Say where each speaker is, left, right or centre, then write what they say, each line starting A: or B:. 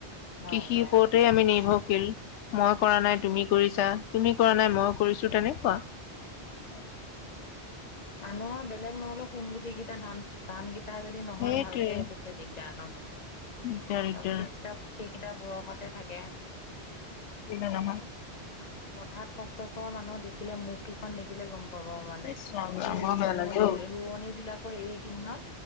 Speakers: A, on the left; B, on the left.
A: হয়
B: কৃষিৰ
A: হয়
B: ওপৰতে আমি নিৰ্ভৰ শীল মই কৰা নাই তুমি কৰিছা তুমি কৰা নাই মই কৰিছো তেনেকুৱা
A: <unintelligible> এই মানুহৰ বেলেগ নহলেও সোন গুটি কেইটা ধান ধান কেইটা এটা যদি
B: সেইটোৱে
A: নহয় ভালকে তাতে দিগদাৰ ন।
B: দিগদাৰ দিগদাৰ
A: কাৰ সেই কিতাপ সেইকেইটাপ বয়সতে থাকে
B: কেলে নহয়
A: আপুনি পথাৰত কষ্ট কৰা মানুহ দেখিলে মোক খন দেখিলে গম পাব মানে
B: ইছ ৰাম ৰাম
A: এই
B: বৰ
A: ৰোৱনী
B: বেয়া লাগে অ
A: ৰোৱনী বিলাকৰ এই কিদিনত